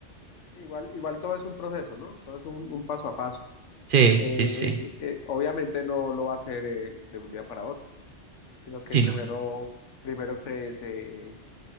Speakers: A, on the left; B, on the right.
A: igual, igual todo es un proceso, ¿no? Todo es un un paso a paso.
B: Sí,
A: eh,
B: sí, sí.
A: eh, obviamente no lo va a hacer eh, de un día para otro, sino que
B: Sí,
A: primero,
B: no.
A: primero se, se,